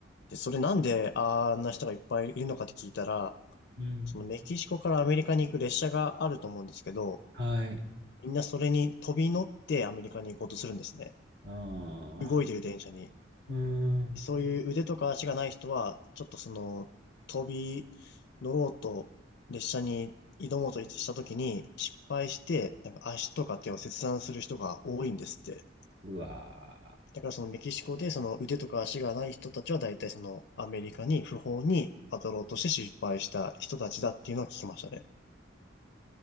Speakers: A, on the left (about 60°); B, on the right (about 60°).
A: で、それなんであんな人がいっぱいいるのかって聞いたら、
B: うん。
A: そのメキシコからアメリカに行く列車があると思うんですけど、
B: はい。
A: みんなそれに飛び乗ってアメリカに行こうとするんですね。
B: あ
A: 動いてる電車に。
B: あ、うーん。
A: そういう腕とか足がない人は、ちょっとその、飛び乗ろうと、列車に挑もうとした時に失敗して、なんか足とか手を切断する人が多いんですって。
B: うわ
A: だからそのメキシコでその腕とか足がない人たちは大体そのアメリカに不法に渡ろうとして失敗した人たちだっていうのは聞きましたね。